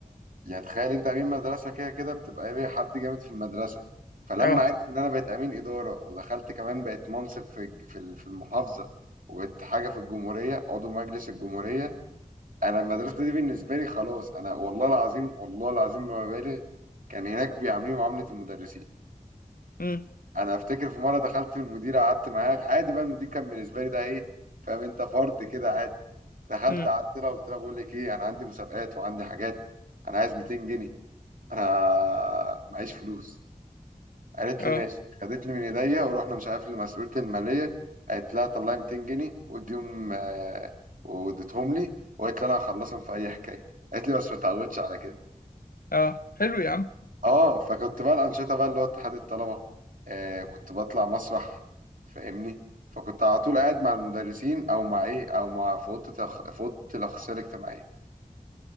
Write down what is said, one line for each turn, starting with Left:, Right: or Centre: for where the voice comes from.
Right: يعني تخيل انت امين مدرسه كده كده بتبقى ايه حد جامد في المدرسه فلما
Left: أه
Right: عرفوا ان انا بقيت امين اداره ودخلت كمان بقيت منصب في الج- في ال- في المحافظه وبقيت حاجه في الجمهوريه عضو مجلس الجمهوريه انا المدرسه دي بالنسبه لي خلاص انا والله العظيم والله العظيم ما ببالغ كان هناك بيعاملوني معامله المدرسين
Left: أمم
Right: انا افتكر في مره دخلت المدير قعدت معاه عادي بقى المدير كان بالنسبه لي ده ايه فاهم انت فرد كده عادي دخلت
Left: أمم
Right: قعدت لها قلت لها بقول لك ايه انا عندي مسابقات وعندي حاجات انا عايز 200 جنيه انا معيش فلوس قالت
Left: أه
Right: لي ماشي خدتني من ايديا ورحنا مش عارف لمسؤوليه الماليه قالت لها طلعي 200 جنيه واديهم آه، واديتهم لي وقالت لي انا هخلصهم في اي حكايه قالت لي بس ما تعودش على كده
Left: أه حلو يا عم
Right: اه فكنت بقى الانشطه بقى اللي هو اتحاد الطلبه آه كنت بطلع مسرح فاهمني فكنت على طول قاعد مع المدرسين او مع ايه او مع في اوضه الأخ- في اوضه الاخصائيه الاجتماعيه